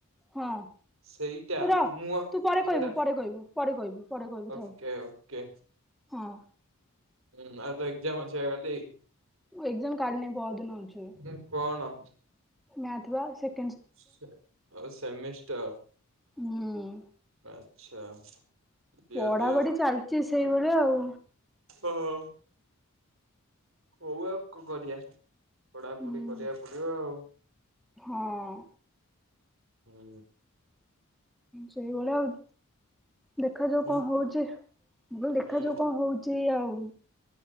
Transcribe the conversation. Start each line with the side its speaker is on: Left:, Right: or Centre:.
Centre: ହଁ
Right: ସେଇଟା
Centre: ତୁ ରଅ
Right: ମୁଁ
Centre: ତୁ ପରେ
Right: ସେଇଟା
Centre: କହିବୁ, ପରେ କହିବୁ, ପରେ କହିବୁ, ପରେ କହିବୁ
Right: ଓକେ
Centre: ଥାଉ।
Right: ଓକେ
Centre: ହଁ
Right: ହୁଁ ଆଉ ତୋ ଏକ୍ଜାମ ଅଛିିପା କାଲି।
Centre: ଏକ୍ଜାମ କାଲି ନାଇଁ ପହରଦିନ ଅଛି।
Right: ସେ କଣ ଅଛି?
Centre: ମ୍ୟାଥ୍ ବା ସେ
Right: ସେ ଅ ସେମିଷ୍ଟର,
Centre: ହୁଁ।
Right: ଆଚ୍ଛା। ଦିଅ
Centre: ପଢ଼ାପଢି
Right: ଦିଅ
Centre: ଚାଲିଚି ସେଇଭଳିଆ ଆଉ।
Right: ହଁ ହଉ ଆଉ କ କରିବା, ପଢ଼ାପଢି
Centre: ହୁଁ
Right: କରିବାକୁ ପଡିବ ଆଉ।
Centre: ହଁ
Right: ହୁଁ
Centre: ସେଇଭଳିଆ ଆଉ, ଦେଖାଯାଉ
Right: ହୁଁ
Centre: କଣ ହଉଛି। ମୁଁ କହିଲି ଦେଖାଯାଉ
Right: ହୁଁ
Centre: କଣ ହଉଚି ଆଉ।